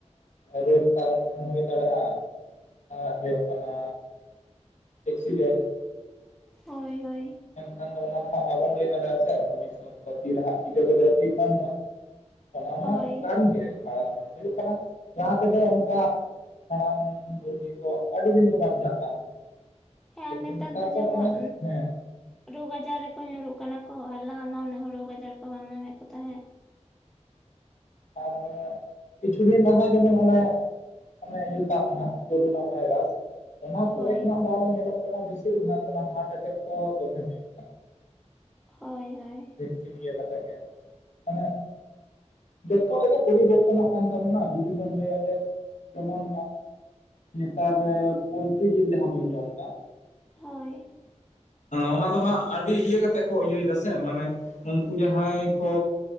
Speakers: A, on the left; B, in the centre.
A: ᱨᱳᱜᱽ ᱠᱟᱨᱚᱱ ᱛᱮᱦᱚᱸ ᱦᱩᱭ ᱫᱟᱲᱮᱜᱼᱟ ᱟᱨ ᱦᱩᱭᱩᱜ ᱠᱟᱱᱟ ᱮᱠᱥᱤᱰᱮᱱ <unintelligible>
B: ᱦᱳᱭ ᱦᱳᱭ,
A: ᱱᱠᱷᱟᱱ ᱫᱚ ᱚᱱᱟ ᱫᱚ ᱦᱟᱸᱜ ᱵᱟᱵᱚᱱ ᱞᱟᱹᱭ ᱫᱟᱲᱮᱜᱼᱟ ᱥᱮ ᱵᱷᱚᱵᱤᱥᱚᱛ ᱛᱤᱨ ᱨᱮ ᱦᱟᱸᱜ ᱪᱤᱠᱟᱹ ᱜᱚᱫᱚᱜ- ᱟ ᱴᱷᱤᱠ ᱵᱟᱹᱱᱩᱜᱼᱟ᱾ ᱚᱱᱟ ᱢᱟ
B: ᱦᱳᱭ
A: ᱠᱟᱱ ᱜᱮ ᱟᱨ ᱦᱩᱭᱩᱜ ᱠᱟᱱᱟ ᱞᱟᱦᱟ ᱛᱮᱫᱚ ᱚᱱᱠᱟ ᱦᱟᱲᱟᱢ ᱵᱩᱲᱦᱤ ᱠᱚ ᱟᱹᱰᱤ ᱫᱤᱱ ᱠᱚ ᱵᱟᱧᱪᱟᱜ ᱠᱟᱱ ᱛᱟᱦᱮᱸ
B: ᱦᱮᱸ
A: ᱠᱤᱱᱛᱩ
B: ᱟᱨ
A: ᱱᱮᱛᱟᱨ ᱫᱚ
B: ᱡᱮᱢᱚᱱ
A: ᱚᱱᱮᱼᱼ ᱦᱮᱸᱻ
B: ᱨᱳᱜᱽ ᱟᱡᱟᱨ ᱨᱮᱠᱚ ᱧᱩᱨᱩᱜ ᱠᱟᱱᱟ ᱠᱚ ᱟᱨ ᱞᱟᱦᱟ ᱢᱟ ᱩᱱᱟᱹᱜ ᱨᱳᱜᱽ ᱟᱡᱟᱨ ᱠᱚ ᱵᱟᱝ ᱧᱟᱢᱮᱫ ᱠᱚ ᱛᱟᱦᱮᱸᱫ᱾
A: ᱦᱮᱸ ᱟᱨ ᱠᱤᱪᱷᱩ ᱫᱤᱱ ᱞᱟᱦᱟ ᱡᱮᱢᱚᱱ ᱚᱱᱮᱼᱼ ᱚᱱᱮ ᱤᱭᱟ ᱛᱟᱵᱱᱟ ᱠᱳᱨᱳᱱᱟ ᱵᱷᱟᱭᱨᱥ, ᱚᱱᱟ ᱯᱚᱨᱮ
B: ᱦᱳᱭ
A: ᱠᱷᱚᱱᱟᱜ ᱫᱚ ᱟᱨᱚ ᱧᱮᱞᱚᱜ ᱠᱟᱱᱟ ᱵᱤᱥᱤᱨ ᱵᱷᱟᱜᱽ ᱦᱟᱨᱴ ᱮᱴᱮᱠ ᱠᱚ ᱫᱚᱢᱮ ᱦᱩᱭᱩᱜ ᱠᱟᱱ
B: ᱦᱳᱭ ᱦᱳᱭ,
A: ᱵᱷᱮᱠᱥᱤᱱ ᱤᱭᱟᱹ ᱠᱟᱱᱛ ᱜᱮᱭᱟ ᱢᱟᱱᱮ ᱡᱚᱛᱚ ᱨᱮᱜᱮ ᱯᱚᱨᱤ ᱵᱚᱨᱛᱚᱱᱚᱜ ᱠᱟᱱ ᱛᱟᱵᱚᱱᱟ ᱡᱩᱫᱤ ᱵᱚᱱ ᱞᱟᱹᱭᱟ ᱡᱮ ᱡᱮᱢᱚᱱᱼᱼ ᱱᱮᱛᱟᱨ ᱨᱮ ᱯᱞᱴᱨᱤ ᱡᱤᱞ ᱡᱟᱦᱟᱸ ᱵᱚᱱ ᱡᱚᱢ ᱫᱟ᱾
B: ᱦᱳᱭ᱾
A: ᱚᱱᱟ ᱫᱚ ᱦᱟᱸᱜ ᱟᱹᱰᱤ ᱤᱭᱟᱹ ᱠᱟᱛᱮᱫ ᱠᱚ ᱤᱭᱟᱹᱭ ᱫᱟ ᱥᱮ ᱢᱟᱱᱮ ᱩᱱᱠᱩ ᱡᱟᱦᱟᱸᱭ ᱠᱚ